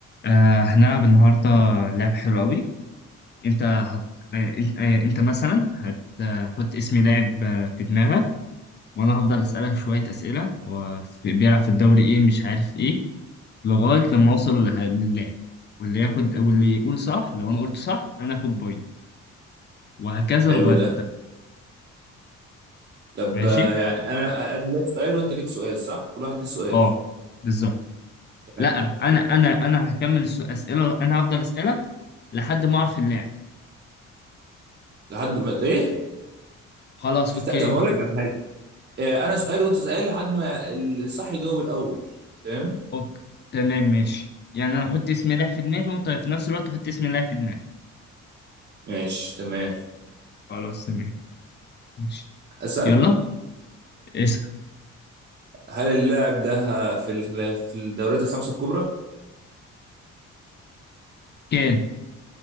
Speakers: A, on the left (about 35°); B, on the right (about 35°).
A: آه هنلعب النهاردة لعبة حلوة قوي انت هت... آه انت, آه انت مثلا هتحط اسم لاعب آه، في دماغك وانا هفضل اسألك شوية اسئلة هو في- بيلعب في الدوري ايه مش عارف ايه لغاية لما اوصل للع- للاعب واللي ياخد واللي يقول صح لو انا قلت صح انا اخد بوينت وهكذا
B: حلو
A: لغاية
B: ده طب
A: ماشي
B: آه، يعني انا انا ليا سؤال وانت ليك سؤال صح كل واحد ليه سؤال
A: اه بالظبط
B: تمام
A: لا انا انا انا هكمل السؤال- اسئلة انا هفضل اسألك لحد ما اعرف اللاعب
B: لحد ما ايه
A: خلاص اوكي
B: لا، طب
A: أنت
B: اقول لك على حاجه آه، انا سؤال وانت سؤال لحد ما الصح يجاوب الاول فاهم
A: اوكي تمام ماشي يعني انا احط اسم لاعب في دماغي وانت في نفس الوقت تحط اسم لاعب في دماغي
B: ماشي تمام
A: خلاص تمام ماشي
B: اسال
A: يلا اسم
B: هل اللاعب ده في ال- في الدوريات الخمسه الكبرى
A: كان